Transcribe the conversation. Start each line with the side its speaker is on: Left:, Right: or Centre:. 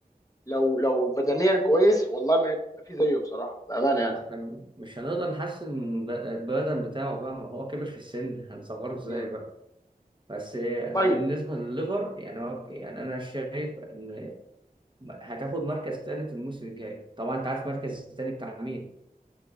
Left: لو لو بدنيا كويس والله ما ما في زيه بصراحه بامانه يعني
Right: ما احنا مش هنقدر نحسن ب- البدن بتاعه بقى ما هو كبر في السن هنصغره ازاي
Left: امم
Right: بقى بس بالنسبة
Left: طيب
Right: لليفر يعني هو يعني أنا شايف إن هتاخد مركز تالت الموسم الجاي طبعا أنت عارف مركز التاني بتاع مين؟